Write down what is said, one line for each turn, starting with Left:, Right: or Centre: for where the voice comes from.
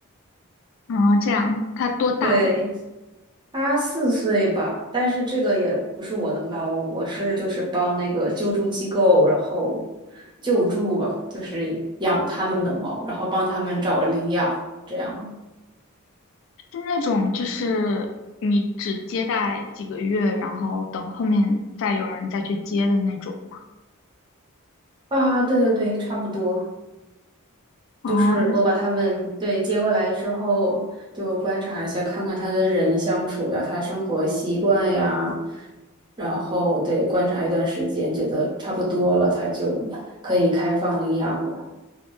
Left: 啊，这样，它多大了？
Right: 对，它四岁吧，但是这个也不是我的猫，我是就是帮那个救助机构，然后救助吧，就是养他们的猫，然后帮他们找领养，这样。
Left: 是那种就是你只接待几个月，然后等后面再有人再去接的那种吗？
Right: 啊，对对对，差不多。
Left: 哦，
Right: 就是我把他们对接过来之后，就观察一下，看看他跟人相处呀，他生活习惯呀，然后对观察一段时间，觉得差不多了，他就可以开放领养了。